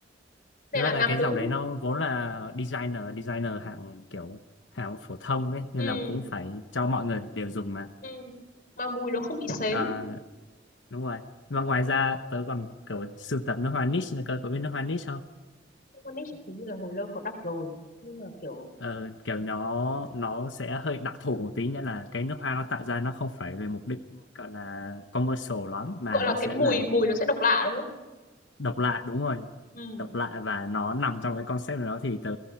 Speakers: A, on the left (about 50°); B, on the left (about 75°).
A: nên
B: thế là
A: là nam
B: cái
A: nữ
B: dòng đấy nó vốn là designer designer hạng kiểu hạng phổ thông ấy nên
A: ừ
B: là cũng phải cho mọi người đều dùng mà
A: Ừ. mà mùi nó không bị sến
B: Ờ, đúng rồi và ngoài ra tớ còn kiểu sưu tập nước hoa niche nữa cơ có biết nước hoa niche không
A: One Niche hình như là hồi lâu có đọc rồi nhưng mà kiểu
B: ờ, kiểu nó nó sẽ hơi đặc thù một tí nghĩa là cái nước hoa nó tạo ra nó không phải về mục đích gọi là commercial lắm mà
A: gọi
B: nó
A: là
B: sẽ
A: cái mùi
B: là
A: mùi nó sẽ độc lạ đúng không
B: độc lạ đúng rồi
A: ừ
B: độc lạ và nó nằm trong cái concept đó thì tớ